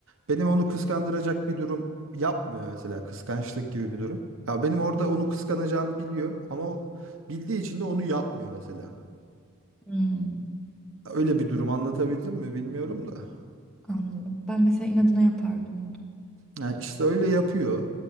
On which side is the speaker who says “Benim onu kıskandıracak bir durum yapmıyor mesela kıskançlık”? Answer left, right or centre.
Right